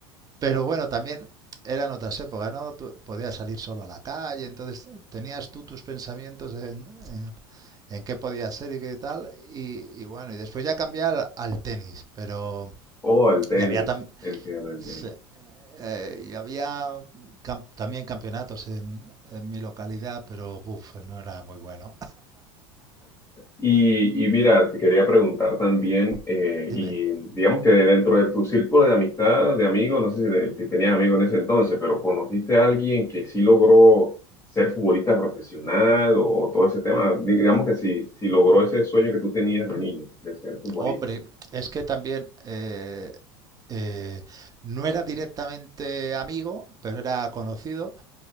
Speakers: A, on the right; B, on the left.
A: Pero bueno, también eran otras épocas, ¿no? Tú podías salir solo a la calle, entonces tenías tú tus pensamientos en, en, en qué podía ser y qué tal. Y, y bueno, y después ya cambié al, al tenis, pero...
B: O al tenis,
A: Y había tam
B: entiendo, entiendo.
A: Sí. Eh, y había cam- también campeonatos en, en mi localidad, pero buf, no era muy bueno.
B: Y, y mira, te quería preguntar también, eh,
A: <laughs> Dime,
B: y digamos que dentro de tu círculo de amistad, de amigos, no sé si, te- si tenías amigos en ese entonces, pero ¿conociste a alguien que sí logró ser futbolista profesional o, o todo ese tema? Digamos que sí, sí logró ese sueño que tú tenías de niño, de ser futbolista.
A: hombre, es que también eh, eh, no era directamente amigo, pero era conocido.